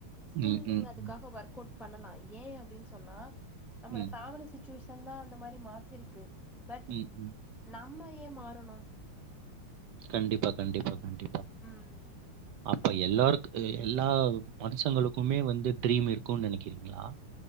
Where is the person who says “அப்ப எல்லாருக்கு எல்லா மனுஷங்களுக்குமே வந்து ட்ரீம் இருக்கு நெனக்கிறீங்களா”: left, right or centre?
Right